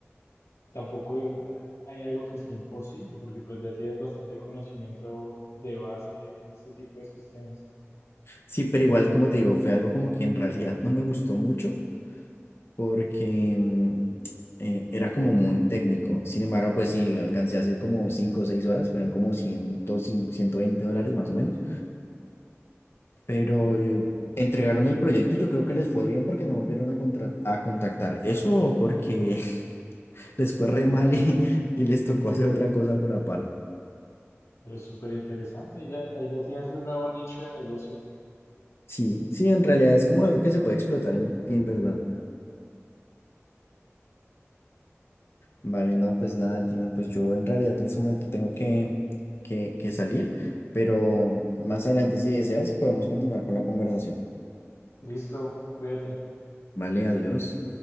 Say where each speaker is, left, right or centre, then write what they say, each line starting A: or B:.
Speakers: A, on the left; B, on the left.
A: tampoco eh, hay algo que sea imposible, porque pues ya tienes bastante conocimiento de base en este tipo de sistemas.
B: Sí, pero igual, como te digo, fue algo como que en realidad no me gustó mucho. porque mm, eh, era como muy técnico. Sin embargo, pues sí, alcancé a hacer como 5 o 6 horas, fueron como cien, ciento veinte dólares más o menos. Pero eh, entregaron el proyecto y yo creo que les fue bien porque no volvieron a, contra- a contactar. Eso o porque <laughs> les fue re mal y, y les tocó hacer otra cosa por aparte.
A: Pero es súper interesante. Ya, ahí ya tienes un nuevo nicho de negocio.
B: Sí, sí, en realidad es como algo que se puede explotar en, en verdad. Vale, no, pues nada, Gino, pues yo en realidad en este momento tengo que, que, que salir, pero más adelante si deseas podemos continuar con la conversación.
A: Listo, cuídate.
B: Vale, adiós.